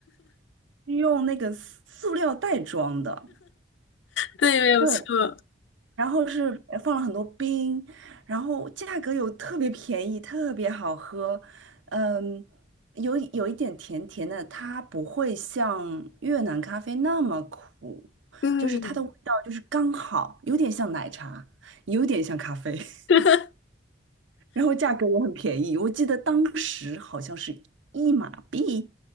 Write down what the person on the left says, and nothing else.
对，没有错。
嗯，
<laughs>